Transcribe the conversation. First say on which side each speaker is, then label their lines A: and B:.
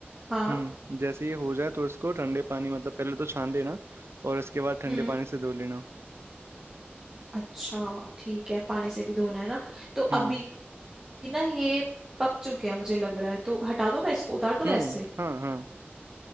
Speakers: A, on the right; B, on the right.
A: हाँ
B: हम्म जैसे ही हो जाए तो इसको ठंडे पानी मतलब पहले तो छान लेना और इसके बाद ठंडे
A: हम्म
B: पानी से धो लेना
A: अच्छा ठीक है पानी से भी धोना है ना तो
B: हम्म
A: अभी ना ये पक चुके हैं मुझे लग रहा है तो हटा दूं मैं इसको उतार दूं
B: हम्म
A: गैस से
B: हाँ हाँ